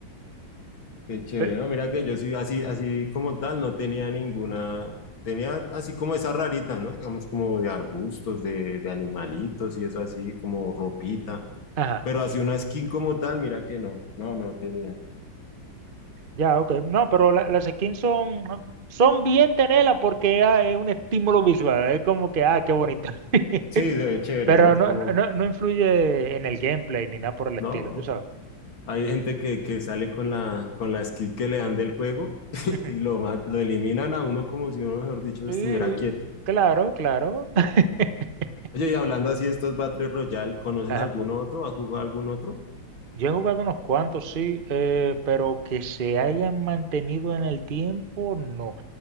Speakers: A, on the left (about 80°); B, on the right (about 35°).
A: qué chévere,
B: Eh,
A: ¿no? Mira que yo sí, así, así como tal, no tenía ninguna. Tenía así como esas raritas, ¿no? Digamos, como de arbustos, de, de animalitos y eso así, como ropita.
B: Ajá.
A: Pero así una skin como tal, mira que no, no, no tenía.
B: Ya, ok. No, pero la- las skins son, son bien tenerlas porque ah, es un estímulo visual. Es como que, ah, qué bonito. <laughs>
A: Sí, se ve chévere,
B: Pero
A: ¿no? Es
B: no,
A: como.
B: no, no no influye en el gameplay ni nada por el
A: No,
B: estilo, tú sabes.
A: hay gente que, que sale con la, con la skin que le dan del juego <laughs>
B: Ujú.
A: y lo,
B: <laughs>
A: ma- lo eliminan a uno como si uno, mejor dicho,
B: Sí,
A: estuviera quieto.
B: claro, claro. <laughs>
A: Oye, y hablando así de estos Battle Royale, ¿conoces
B: Ajá.
A: algún otro? ¿Has jugado algún otro?
B: Yo he jugado unos cuantos, sí, eh, pero que se hayan mantenido en el tiempo, no.